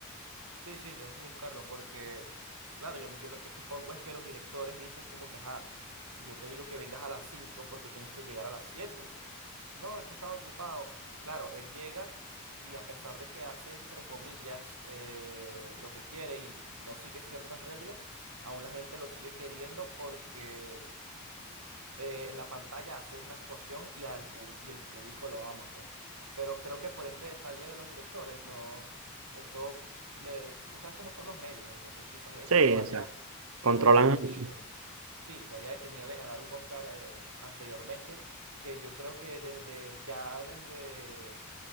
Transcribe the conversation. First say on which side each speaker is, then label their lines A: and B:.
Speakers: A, on the right; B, on the right.
A: Sí, sí, tienes que buscarlo porque, claro, yo, yo lo que supongo es que los directores dicen como que, ajá, si yo te digo que vengas a las 5 porque tienes que llegar a las siete, No, es que estaba ocupado. Y claro, él llega y a pesar de que hace, entre comillas, eh, lo que quiere y no sigue ciertas reglas, aún la gente lo sigue queriendo porque eh, en la pantalla hace una actuación y, al pub- y el público lo ama, pues. Pero creo que por este detalle de los directores, no, eso les, tú sabes cómo son los medios, entonces quizás eso
B: Sí, exacto.
A: lo haya,
B: Controlan
A: lo haya detenido.
B: mucho. <laughs>
A: Sí, lo haya detenido de ganar un Oscar eh, anteriormente, que yo creo que desde ya desde